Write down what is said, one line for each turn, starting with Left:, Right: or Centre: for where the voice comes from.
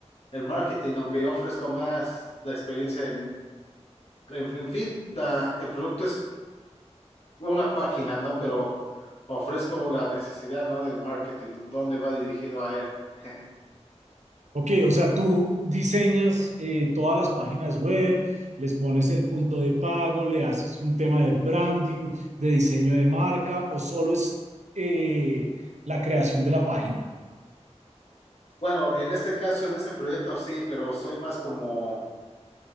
Left: el marketing, aunque yo ofrezco más la experiencia en, en, en fin, la- el producto es una página, ¿no? Pero ofrezco la necesidad, ¿no? Del marketing, dónde va dirigido a él. <laughs>
Right: Ok, o sea, tú diseñas eh, todas las páginas web, les pones el punto de pago, le haces un tema de branding, de diseño de marca, o solo es eh, la creación de la página.
Left: Bueno, en este caso, en este proyecto sí, pero soy más como,